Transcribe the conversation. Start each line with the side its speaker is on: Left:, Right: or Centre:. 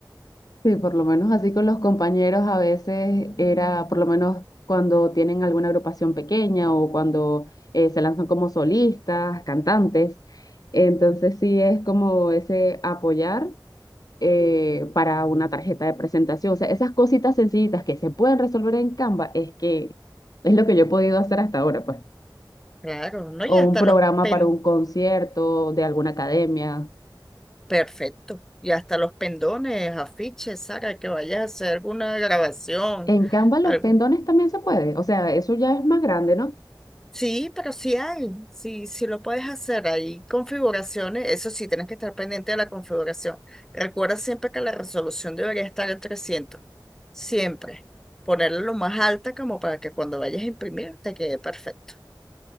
Left: Sí, por lo menos así con los compañeros a veces era, por lo menos cuando tienen alguna agrupación pequeña o cuando eh, se lanzan como solistas, cantantes. Entonces sí es como ese apoyar eh, para una tarjeta de presentación. O sea, esas cositas sencillitas que se pueden resolver en Canva es que es lo que yo he podido hacer hasta ahora, pues.
Centre: Claro, ¿no?
Left: O
Centre: Y hasta
Left: un
Centre: los
Left: programa
Centre: pen,
Left: para un concierto de alguna academia.
Centre: perfecto, y hasta los pendones, afiches, Sara, que vayas a hacer alguna grabación,
Left: En Canva los
Centre: algo
Left: pendones también se puede. O sea, eso ya es más grande, ¿no?
Centre: Sí, pero sí hay, sí, sí lo puedes hacer. Hay configuraciones, eso sí, tienes que estar pendiente de la configuración. Recuerda siempre que la resolución debería estar en 300, siempre. Ponerla lo más alta como para que cuando vayas a imprimir te quede perfecto.